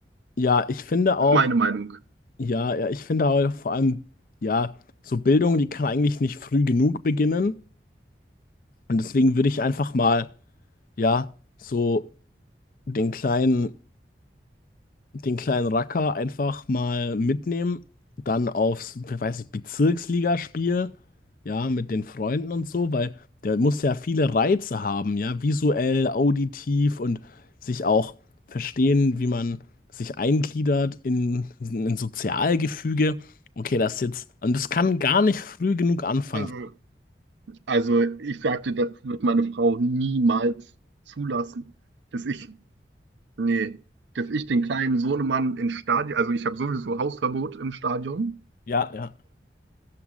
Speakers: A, on the left; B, on the right.
A: Ja, ich finde auch,
B: Das ist meine Meinung.
A: ja, ja, ich finde auch vor allem, ja, so Bildung, die kann eigentlich nicht früh genug beginnen. Und deswegen würde ich einfach mal, ja, so den kleinen den kleinen Racker einfach mal mitnehmen, dann aufs, weiß ich, Bezirksligaspiel, ja, mit den Freunden und so, weil der muss ja viele Reize haben, ja, visuell, auditiv und sich auch verstehen, wie man sich eingliedert in ein Sozialgefüge. Okay, das jetzt, und das kann gar nicht früh genug anfangen.
B: Also, also ich sagte, das wird meine Frau niemals zulassen, dass ich, nee, dass ich den kleinen Sohnemann ins Stadion, also ich habe sowieso Hausverbot im Stadion.
A: Ja, ja.